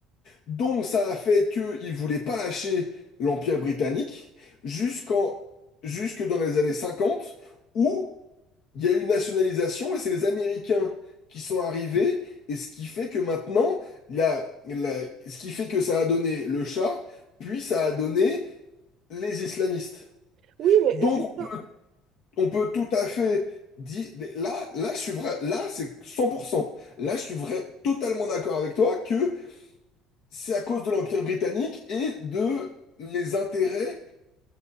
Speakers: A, on the left; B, on the right.
A: Donc ça a fait qu'ils ne voulaient pas lâcher l'Empire britannique jusqu'en, jusque dans les années 50, où il y a eu une nationalisation et c'est les Américains qui sont arrivés, et ce qui fait que maintenant, la- la- ce qui fait que ça a donné le chat, puis ça a donné les islamistes.
B: Oui, mais
A: Donc
B: juste...
A: on peut, on peut tout à fait dire, là, là, je suis vrai, là, c'est 100%. Là, je suis vrai, totalement d'accord avec toi que c'est à cause de l'Empire britannique et de les intérêts